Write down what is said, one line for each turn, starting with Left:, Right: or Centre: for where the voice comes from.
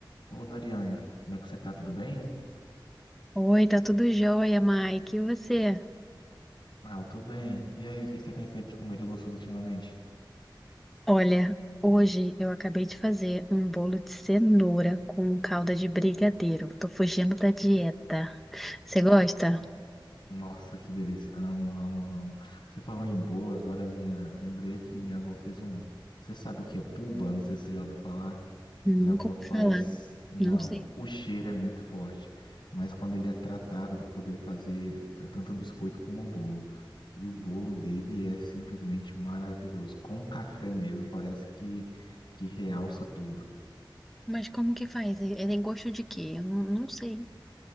Left: Ô, Dariane, como é que você tá? Tudo bem?
Centre: Oi, tá tudo jóia, Mike. E você?
Left: Ah, eu tô bem. E aí, o que que você tem feito de comer de gostoso ultimamente?
Centre: Olha, hoje eu acabei de fazer um bolo de cenoura com calda de brigadeiro. Tô fugindo da dieta. Você gosta?
Left: No- Nossa, que delícia. Amo, amo, amo. Você falou em bolo, agora minha... lembrei que minha avó fez um... Você sabe o que é puba? Não sei se você já ouviu falar.
Centre: Nunca
Left: Minha avó
Centre: ouvi
Left: faz...
Centre: falar.
Left: Não,
Centre: Não sei.
Left: o cheiro é muito forte. Mas quando ele é tratado, dá pra poder fazer eh, tanto o biscoito como o bolo. E o bolo dele é simplesmente maravilhoso. Com café mesmo, parece que, que realça tudo.
Centre: Mas como que faz? Ele ele tem gosto de quê? Eu não, não sei.